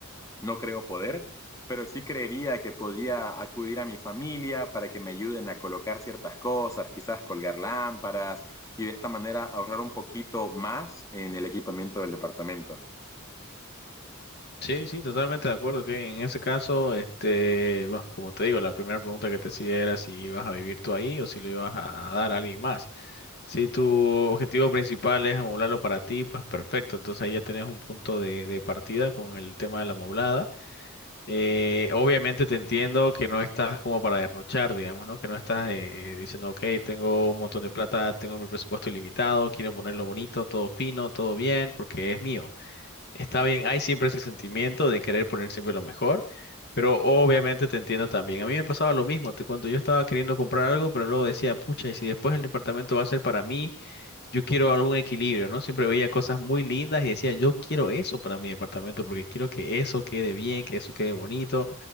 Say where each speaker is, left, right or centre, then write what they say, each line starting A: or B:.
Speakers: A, on the left; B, on the left.
A: no creo poder, pero sí creería que podría acudir a mi familia para que me ayuden a colocar ciertas cosas, quizás colgar lámparas y de esta manera ahorrar un poquito más en el equipamiento del departamento.
B: Sí, sí, totalmente de acuerdo que en ese caso, este, bueno, como te digo, la primera pregunta que te hacía era si ibas a vivir tú ahí o si lo ibas a dar a alguien más. Si tu objetivo principal es amoblarlo para ti, pues perfecto. Entonces ahí ya tenés un punto de, de partida con el tema de la amoblada. Eh, obviamente te entiendo que no estás como para derrochar, digamos, ¿no? Que no estás eh, diciendo, ok, tengo un montón de plata, tengo mi presupuesto ilimitado, quiero ponerlo bonito, todo fino, todo bien, porque es mío. Está bien, hay siempre ese sentimiento de querer poner siempre lo mejor, pero obviamente te entiendo también. A mí me pasaba lo mismo, te cuento, yo estaba queriendo comprar algo, pero luego decía, pucha, y si después el departamento va a ser para mí yo quiero algún equilibrio, ¿no? Siempre veía cosas muy lindas y decía, yo quiero eso para mi departamento porque quiero que eso quede bien, que eso quede bonito.